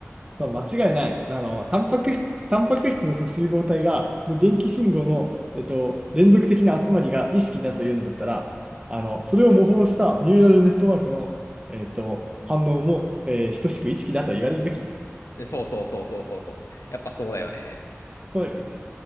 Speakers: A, on the right; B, on the left.
A: そう、間違いない。あの、タンパク質、タンパク質のさ、集合体が、の電気信号の、えっと、連続的な集まりが意識だというんだったら、あの、それを模倣したニューラルネットワークの、えっと、反応も、えー等しく意識だと言われるべき。
B: そうそうそうそうそうそう。やっぱそうだよね。
A: そうよね